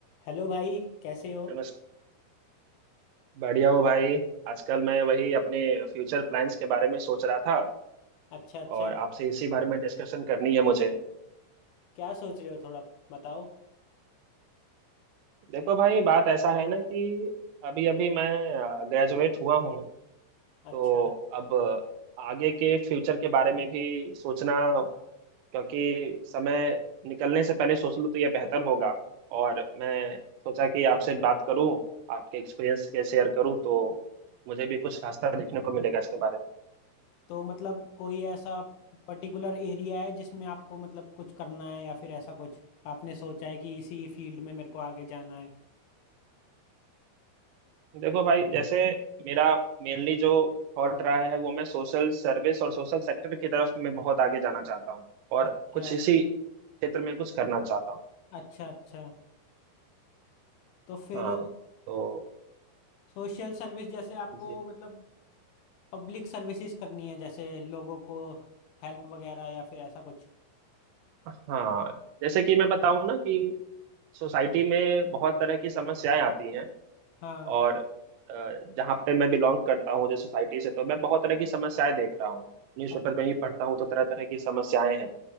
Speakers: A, on the left; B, on the right.
A: Hello भाई कैसे हो
B: बस बढ़िया हो भाई आजकल मैं वही अपने फ्यूचर प्लान्स के बारे में सोच रहा था
A: अच्छा अच्छा
B: और आपसे इसी बारे में डिस्कशन करनी है मुझे
A: क्या सोच रहे हो थोड़ा बताओ
B: देखो भाई बात ऐसा है ना कि अभी अभी मैं ग्रेजुएट हुआ हूँ
A: अच्छा
B: तो अब आगे के फ्यूचर के बारे में भी सोचना क्योंकि समय निकलने से पहले सोच लूँ तो यह बेहतर होगा और मैं सोचा कि आपसे बात करूँ आपके एक्सपीरियंस के शेयर करूँ तो मुझे भी कुछ रास्ता देखने को मिलेगा इसके बारे में
A: तो मतलब कोई ऐसा पर्टिकुलर एरिया है जिसमें आपको मतलब कुछ करना है या फिर ऐसा कुछ आपने सोचा है कि इसी फील्ड में मेरे को आगे जाना है
B: देखो भाई जैसे मेरा मेनली जो थॉट रहा है वो मैं सोशल सर्विस और सोशल सेक्टर की तरफ मैं बहुत आगे जाना चाहता हूँ और
A: अच्छा
B: कुछ इसी क्षेत्र में कुछ करना चाहता हूँ
A: अच्छा अच्छा तो फिर
B: हाँ तो
A: सोशल सर्विस जैसे आपको
B: जी
A: मतलब पब्लिक सर्विसेज करनी है जैसे लोगों को हेल्प वगैरह या फिर ऐसा कुछ
B: हाँ जैसे कि मैं बताऊँ ना कि सोसाइटी में बहुत तरह की समस्याएं आती हैं
A: हाँ
B: और अ, जहाँ पे मैं बिलोंग करता हूँ जिस सोसाइटी से तो मैं बहुत तरह की समस्याएं देख रहा हूँ न्यूज़पेपर
A: अ-
B: में ही पढ़ता हूँ तो तरह तरह की समस्याएं हैं